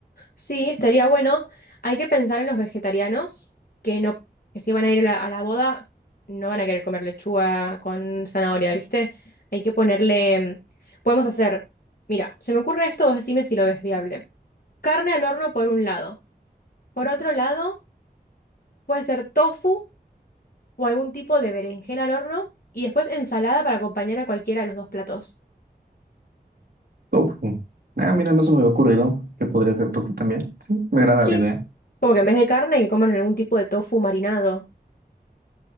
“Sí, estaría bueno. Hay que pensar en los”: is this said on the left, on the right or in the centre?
Left